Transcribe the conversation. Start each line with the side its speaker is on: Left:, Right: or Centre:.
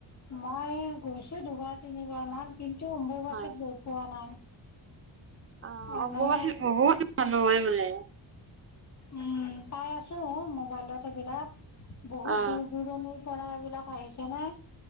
Left: মই গৈছো দুবাৰ তিনিবাৰ মান কিন্তু অম্বুবাচী
Right: হয়
Left: গৈ পোৱা নাই
Right: অ
Left: এনেই
Right: অম্বুবাচীত বহুত মানুহ হয় বোলে
Left: উম পাই আছো মোবাইলত এইবিলাক বহুত
Right: অ
Left: দূৰ দূৰণিৰ পৰাৰ এইবিলাকো আহিছে ন।